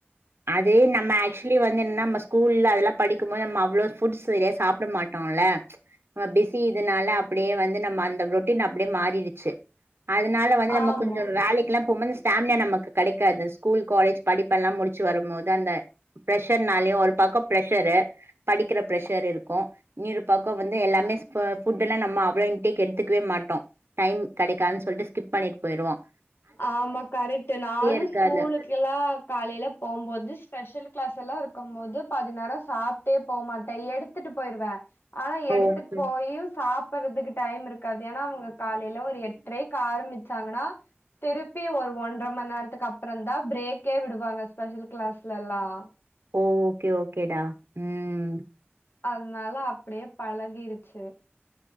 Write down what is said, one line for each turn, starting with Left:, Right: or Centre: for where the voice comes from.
Right: அது நம்ம ஆக்சுவலி வந்து என்ன நம்ம ஸ்கூல்ல அதெல்லாம் படிக்கும் போது நம்ம அவ்ளோ ஃபட்ஸ் சாப்ப பிட மாட்டோம்ல நம்ம பிஸி இதுனால அப்படியே வந்து நம்ம அந்த ரொட்டீன் அப்படியே மாறிடுச்சு அதனால வந்து நம்ம
Left: ஆமா
Right: கொஞ்சம் வேலைக்குல்லாம் போகும் போது ஸ்டோமினா நமக்கு கிடைக்காது ஸ்கூல் காலேஜ் படிப்பு எல்லாம் முடிச்ச வரும்போது அந்த ப்ரஷர்னாலயும் ஒரு பக்கம் ப்ரஷரு படிக்கிற ப்ரெஷர் இருக்கும் இன்னொரு பாக்கம் வந்து எல்லாமே புட் எல்லாம் நம்ம அவ்வளோ இன்ட்டேக்கு எடுத்துக்கவே மாட்டோம் டைம் கிடைக்காதுன்னு சொல்லிட்டு ஸ்கிப் பண்ணிட்டு போயிருவோம்
Left: ஆமா கரெக்ட நானு
Right: இருக்காது
Left: ஸ்கூலுக்குல்லா காலையில போகும்போது ஸ்பெஷல் கிளாஸ் எல்லாம் இருக்கும் போது பதி நேரம் சாப்பிட்டே போமாட்டே எடுத்து எடுத்துட்டு போயடுவே ஆனா எடுத்துட்டு
Right: ஓகே
Left: போயும் சாப்ப டுறதுக்கு டைம் இருக்காது ஏன்னா அவங்க காலையில ஒரு எட்டரைக்கு ஆரம்பிச்சாங்கன்னா திருப்பி ஒரு ஒன்றர ம நேரத்துக்கு அப்புறம் தா பிரேக்கே விடுவாங்க ஸ்பெஷல் கிளாஸ்ல எல்லாம்
Right: ஓகே ஓகே டா ம்
Left: அத்னால அப்டியே பழகிருச்சி